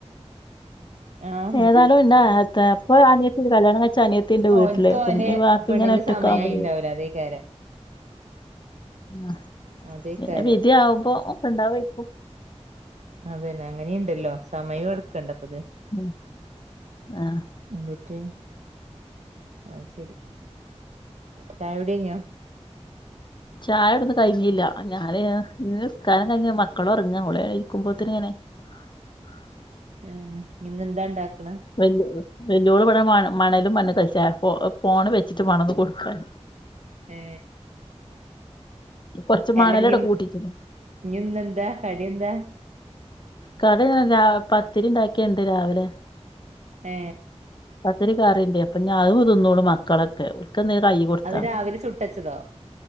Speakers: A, on the right; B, on the left.
A: ആഹ്
B: ഏതാലും ഇണ്ടാപ്പൊഅനിയത്തിൻഡ് കല്യാണം കഴി ച്ച് അനിയത്തിണ്ട് വീട്ടില്
A: ഓൻക്ക് ഓന്റെ
B: പ മ്മി വാപ്പിമ്
A: പെണ്ണിന്റെ
B: ഇങ്ങനെ ഒറ്റക്ക
A: സമയായിണ്ടാവൂല
B: ആവുമ്പഴ
A: അതേക്കാരം
B: ആ
A: അതേക്കാരം
B: പിന്നെ വിധി ആവുമ്പോ ഒക്ക ഇണ്ടാവക്കും
A: അതന്നെ അങ്ങനിംണ്ടല്ലോ സമയം എടുക്കണ്ട അപ്പത്
B: ഉം ആഹ്
A: എന്നിട്ട് അ ശരി ചായടി കയിഞ്ഞോ
B: ചായ ഇടുന്ന് കഴിഞ്ഞില്ല ഞാന് ഇ നിസ്ക്കാരം കഴിഞ്ഞ മക്കൾ ഒറങ്ങ ഇവിടെ ഇരിക്കുമ്പോത്തിന് ഇങ്ങനെ <unintelligible>
A: ഹെ ഇന്ന്ന്ത ഉണ്ടാക്ക
B: വല്ല വല്ലോൾ ഇവിടെ മണലും മണ്ണ് കളിച്ച ഫോണ് വെച്ചിട്ട് മണന്ന് കൊടുക്കൻ
A: ഏ
B: കൊറച്ച്
A: അലങ്ങി
B: മണലവിടെ
A: ഇന്നിന്നെന്താ
B: കൂട്ടിട്ട്ണ്ട്
A: കടിയന്താ
B: കഥ ഞാൻ രാ പത്തിരിണ്ടാക്കിയുണ്ട് രാവിലെ
A: ഏ
B: പത്തിരി കറിണ്ട്അപ്പൊ ഞ അഹ് തിന്നോള്ളൂ മക്കളൊക്കെ ക്കെ ന്ന് കൈ കൊടുത്താ
A: അത് രാവിലെ ചുട്ടച്ചതോ